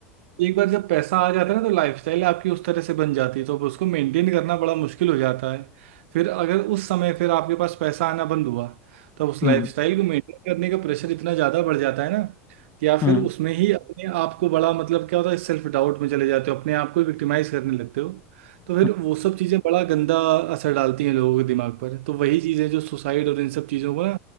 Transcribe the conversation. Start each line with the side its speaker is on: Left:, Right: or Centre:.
Right: एक बार जब पैसा आ जाता है ना तो लाइफस्टाइल आपकी उस तरह से बन जाती है तो अब उसको मेंटेन करना बड़ा मुश्किल हो जाता है फिर अगर उस समय फिर आपके पास पैसा आना बंद हुआ तो उस
Left: हम्म
Right: लाइफस्टाइल को मेंटेन करने का प्रेशर इतना ज़्यादा बढ़ जाता है ना कि आप फिर
Left: हम्म
Right: उसमें ही अपने आप को बड़ा मतलब क्या होता है सेल्फ डाउट में चले जाते हो अपने आप को विक्टिमाइज करने लगते हो तो फिर
Left: हम्म
Right: वो सब चीज़ें बड़ा गंदा असर डालती हैं लोगों के दिमाग पर तो वही चीज़ें जो सुसाइड और इन सब चीज़ों को ना